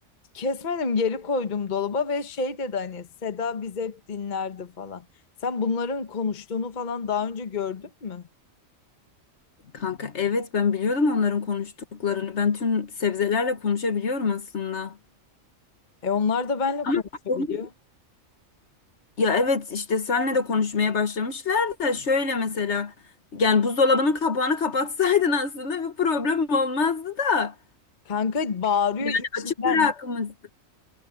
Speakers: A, on the left; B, on the left.
A: Kesmedim geri koydum dolaba ve şey dedi hani Seda bizi hep dinlerdi falan. Sen bunların konuştuğunu falan daha önce gördün mü?
B: Kanka evet ben biliyordum onların konuştuklarını. Ben tüm sebzelerle konuşabiliyorum aslında.
A: E onlar da benimle
B: Ama
A: konuşabiliyor.
B: onun- ya evet işte senle de konuşmaya başlamışlar da şöyle mesela yani buzdolabının kapağını kapatsaydın aslında bir problem olmazdı da.
A: Kanka bağırıyor
B: Yani
A: içinden.
B: açık bırakmışsın.